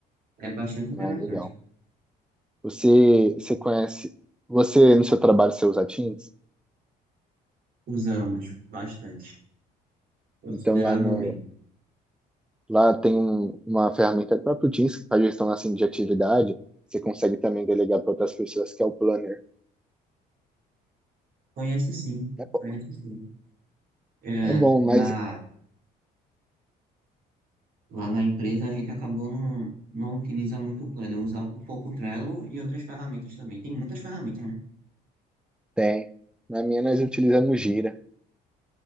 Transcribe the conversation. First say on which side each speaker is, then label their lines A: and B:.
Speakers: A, on the right (about 60°); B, in the centre.
A: É bastante interessante.
B: Ah, legal. Você, você conhece, você no seu trabalho você usa Teams?
A: Usamos bastante, consideravelmente.
B: Então lá no lá tem um, uma ferramenta do próprio Teams que faz gestão assim de atividade. Você consegue também delegar para outras pessoas que é o Planner.
A: Conheço sim,
B: É bom,
A: conheço sim. É,
B: é bom,
A: na,
B: mas
A: lá na empresa a gente acabou não, não utiliza muito o Planner, usa um pouco o Trello e outras ferramentas também. Tem muitas ferramentas, né?
B: tem. Na minha nós utilizamos o Gira,